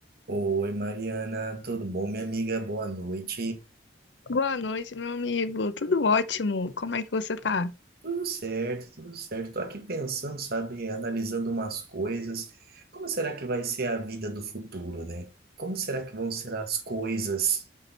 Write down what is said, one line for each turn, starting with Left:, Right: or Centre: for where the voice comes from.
Right: Oi, Mariana, tudo bom, minha amiga? Boa noite.
Left: Boa noite, meu amigo. Tudo ótimo. Como é que você tá?
Right: Tudo certo, tudo certo. Tô aqui pensando, sabe, analisando umas coisas. Como será que vai ser a vida do futuro, né? Como será que vão ser as coisas